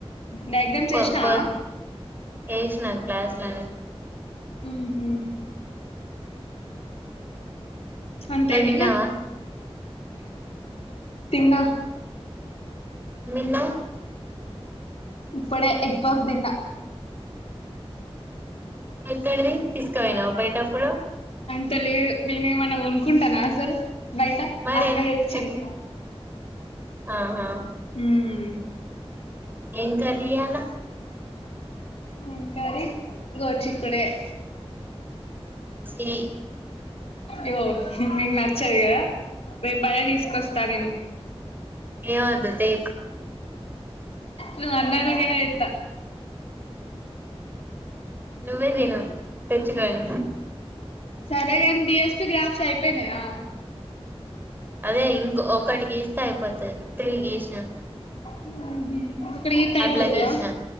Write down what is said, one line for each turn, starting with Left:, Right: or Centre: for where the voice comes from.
Left: డయాగ్రామ్స్
Right: కొ
Left: వేసినావా
Right: కొ ఏష్నా క్లాస్లనే
Left: ఉహ్ హూ అంతేనిగా
Right: నువ్వు తిన్నావా
Left: తిన్న
Right: ఎందీన్నావ్
Left: ఇప్పుడే ఎగ్ఫఫ్ దిన్న
Right: ఎక్కడిది తీసుకవైనా పోయ్టప్పుడు?
Left: అంతలేదు. నేనేమన్నా కొనుక్కుంటనా. అసలు బయట
Right: మరి
Left: అక్క తెచ్చింది.
Right: ఎట్ల ఆహా
Left: మ్మ్
Right: ఏం కర్రియాల
Left: ఏం కర్రీ గోడ్చికూడ్గాయ్.
Right: చీ
Left: యో నిక్ నచ్చదు గదా. రేప్ అదే తీసుకొస్తా. నేను
Right: ఏమంత దేక్
Left: నువ్వు అన్నందకేనా చేత్త
Right: నువ్వే తిను తెచ్చుకొని
Left: సరేగాని డిఎస్పి గ్రాఫ్స్ ఐపేనాయా?
Right: అదే ఇంక్ ఒకటి గీస్తే అయిపోతది త్రీ గీస్నా
Left: ఊహు ఇంకొక్కటి గీత్తే అయిపోతయా
Right: లా గీసిన